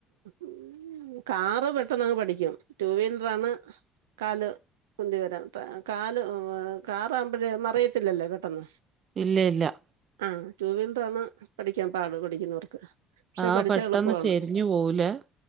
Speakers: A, on the right; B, on the right.
A: ഉം കാറ് പെട്ടെന്ന് അങ്ങ് പഠിക്കും ടു വീലറാണ്. കാല് ഉന്തി വരാം കാല് കാറാവുമ്പഴേ മറിയത്തില്ലല്ലോ പെട്ടെന്ന്.
B: ഇല്ല ഇല്ല.
A: ആഹ് ടൂവീലർ ആണ് പഠിക്ക്യാൻ പാട് പഠിക്ക്യുന്നവർക്ക്. പക്ഷെ
B: ആഹ്
A: പഠിച്ചാ
B: പെട്ടെന്ന്
A: എളുപ്പവാണ്.
B: ചെരിഞ്ഞു പോവൂലേ